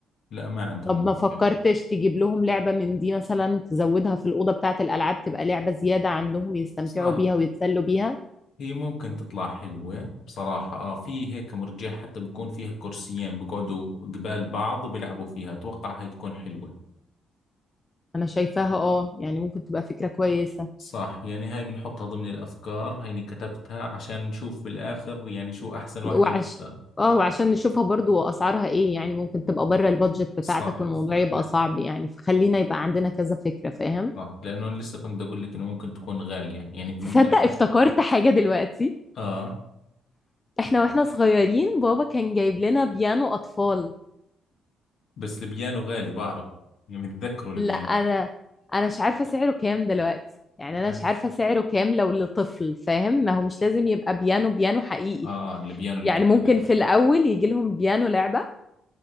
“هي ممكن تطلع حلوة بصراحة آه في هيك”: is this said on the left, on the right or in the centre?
Left